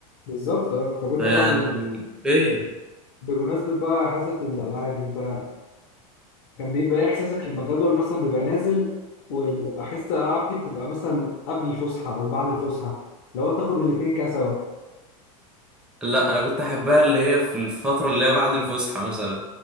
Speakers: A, on the left (about 50°); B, in the centre.
A: بالظبط أه طب أنت
B: يعني
A: بقى بم-
B: فين
A: بمناسبة بقى حصة الألعاب أنت كان بيبقى ايه احساسك لما الجدول مثلا بيبقى نازل والحصه الالعاب دي بتبقى مثلا قبل الفسحه او بعد الفسحه لو تاخد الاتنين كده سوا
B: لا انا كنت احبها اللي هي في الفتره اللي هي بعد الفسحه مثلا